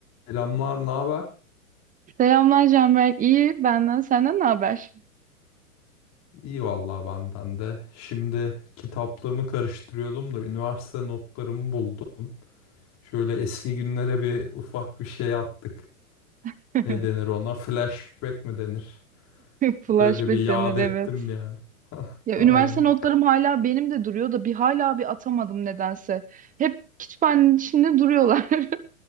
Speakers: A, on the left (about 35°); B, on the right (about 20°).
A: Selamlar, ne haber?
B: Selamlar Canberk. İyi benden. Senden ne haber?
A: İyi vallahi benden de. Şimdi kitaplığımı karıştırıyordum da üniversite notlarımı buldum. Şöyle eski günlere bir ufak bir şey attık.
B: <laughs>
A: Ne denir ona? Flashback mi denir?
B: Flashback
A: Böyle bir yad
B: denir
A: ettim
B: evet.
A: yani. <laughs>
B: Ya
A: Aynen.
B: üniversite notlarım hala benim de duruyor da bir hala bir atamadım nedense. Hep kütüphanenin içinde duruyorlar. <laughs>